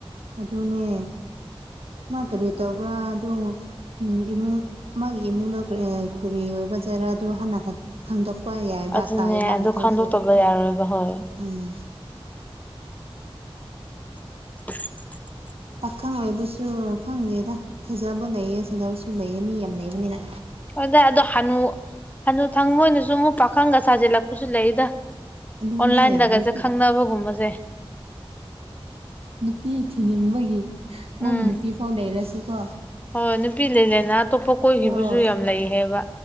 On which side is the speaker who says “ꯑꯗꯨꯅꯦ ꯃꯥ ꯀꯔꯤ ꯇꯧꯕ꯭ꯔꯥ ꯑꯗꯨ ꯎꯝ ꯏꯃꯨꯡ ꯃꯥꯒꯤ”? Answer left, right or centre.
Right